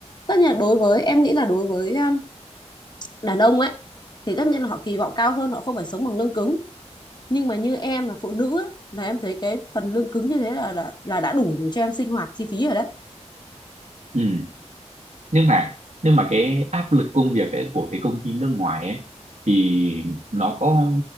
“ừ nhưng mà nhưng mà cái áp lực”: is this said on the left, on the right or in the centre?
Right